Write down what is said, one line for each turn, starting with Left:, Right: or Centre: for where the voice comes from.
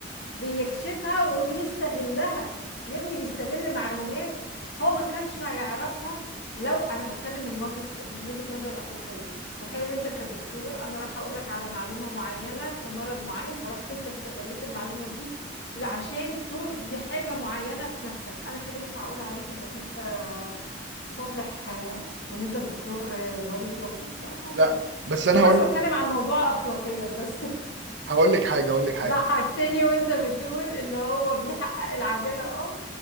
Left: بيكشفها وبيستغلها يا ابني بيستغل معلومات هو ما كانش هيعرفها لو انا بتكلم من وجهة من وجهة نظر اخلاقية تخيل انت كدكتور انا راح اقول لك على معلومة معينة في مرض معين فرحت انت استغلت المعلومة دي ل- عشان ترضي حاجة معينة في نفسك انا كده ينفع اقول عليك انك انت صالح آه، وان انت دكتور آه، ظريف لطيف لا طبعا
Right: لا بس انا
Left: انا
Right: هقول
Left: بس بتكلم عن الموضوع اخلاقيا بس
Right: هقول لك حاجه هقول لك حاجه
Left: ضحكتني وانت بتقول ان هو بيحقق العدالة اه